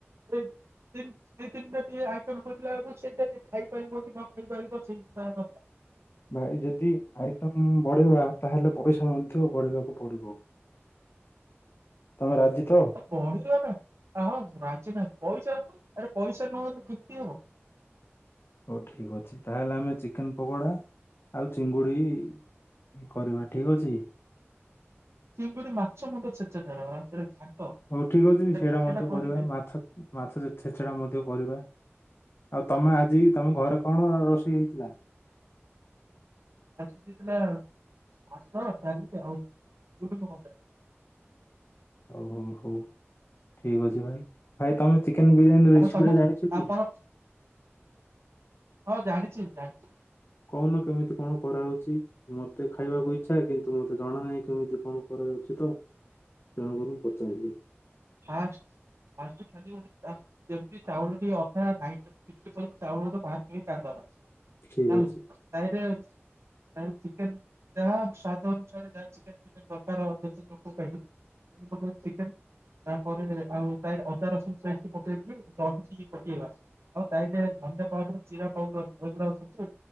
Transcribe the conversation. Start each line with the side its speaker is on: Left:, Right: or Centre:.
Right: ଦ ତିନଟା ଟିକେ ଆଇଟ କରିଲା ବେଳକୁ ସେଇଟା ଟିକେ ଖାଇପାରିବ କି ନ ଖାଇ ପାରିବ ସେଇ କଥା
Left: ଭାଇ ଯଦି ଆଇଟମ ବଢେଇବା ତାହେଲେ ପଇସା ମଧ୍ୟ ବଢେଇବାକୁ ପଡିବ। ତୋମେ ରାଜି ତ?
Right: ଏ ଗଣିନୁ ଆମେ। ଆମର ରାଜି ନାଇ। ପଇସା <unintelligible> ଆରେ ପଇସା ନୁହଁ ମାନେ କିତି ହବ।
Left: ହଉ ଠିକ ଅଛି ତାହେଲେ ଆମେ ଚିକେନ୍ ପକୋଡ଼ା ଆଉ ଚିଙ୍ଗୁଡ଼ି କରିବା ଠିକ ଅଛି।
Right: ଚିଙ୍ଗୁଡି ମାଛ ମୁଣ୍ଡ ଛେଚା ଟାରେ ହବ। ସେଟା <unintelligible>
Left: ହଉ ଠିକ ଅଛି
Right: ସେଟା
Left: ସେଇଟା
Right: ଘାଣ୍ଟ
Left: ମଧ୍ୟ
Right: ଟା କରିଲେ
Left: କରିବା। ମାଛ ମାଛ ଛେଚେଡା ମଧ୍ୟ କରିବା। ଆଉ ତୋମେ ଆଜି ତୋମ ଘରେ କଣ ରୋଷେଇ ହେଇଥିଲା?
Right: ଆଜି ହେଇଥିଲା ଭାତ, ଡାଲି ଆଉ ଝୁଡ଼ଙ୍ଗ ଭଜା।
Left: ହଉ, ହଉ, ହଉ ଠିକ ଅଛି ଭାଇ ଭାଇ ତୋମେ ଚିକେନ୍ ବିରିୟାନୀର ରେସିପି
Right: ଆଉ ତମ
Left: ଟା ଜାଣିଛ କି?
Right: ଆପଣ ହଁ ଜାଣିଚି, ଜାଣିଚି।
Left: କହୁନ କେମିତି କଣ କରାହଉଚି ମୋତେ ଖାଇବାକୁ ଇଚ୍ଛା କିନ୍ ତୁ ମୋତେ ଜଣା ନାହିଁ କେମିତି କଣ କରାଯାଉଛି ତ ତେଣୁ କରି ମୁଁ ପଚାରିଲି।
Right: ଫାଷ୍ଟ ଫାଷ୍ଟ ଖାଲି ଗୋଟେ ଚା ଯେମତି ଚାଉଳ ଟିକେ ଅଧା ନାଇନଟି ସିକ୍ସଟି ଫାଇଭ୍ ଚାଉଳ <unintelligible> ବାହାର କରି କାଢିଦବ। <unintelligible>
Left: ଠିକ
Right: ତାହିରେ
Left: ଅଛି
Right: ତାପରେ ଚିକେନ୍ ଯାହା ସ୍ଵାଦ ଅନୁସାରେ ଯାହା ଚିକେନ୍ ଫିକେନ୍ ଦରକାର ଅଧା, ଚିକେନ୍ କୁ <unintelligible> <unintelligible> ଚିକେନ୍ ତାପରେ ଆଉ ତାଇରେ ଅଦା ରସୁଣ ସେମତି ପକେଇକି ଦହି ଟିକେ ପକେଇବା ଆଉ ତାହିରେ ଭଞ୍ଜା ପାଉଡର ଜିରା ପାଉଡର ଏଗୁଡା <unintelligible>